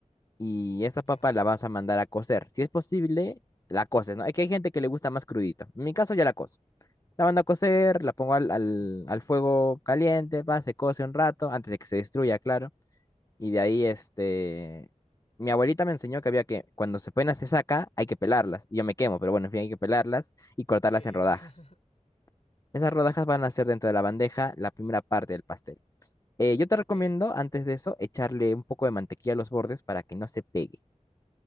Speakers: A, on the left; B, on the left.
A: y esta papa
B: Ya.
A: la vas a mandar a cocer. Si es posible, la coces, ¿no? Es que hay gente que le gusta más crudito. En mi caso ya la cozo. La mando a cocer, la pongo al, al,
B: Ajá.
A: al fuego caliente, va, se cose un rato, antes de que se destruya, claro. Y de ahí, este, mi abuelita me enseñó que había que, cuando se ponen hacer saca, hay que pelarlas. Y yo me quemo, pero bueno, en fin, hay que pelarlas y cortarlas
B: Sí, tiene
A: en rodajas.
B: que ser.
A: Esas rodajas van a ser dentro de la bandeja la primera parte del pastel. Eh, yo te
B: Ok.
A: recomiendo, antes de eso, echarle un poco de mantequilla a los bordes para que no se pegue.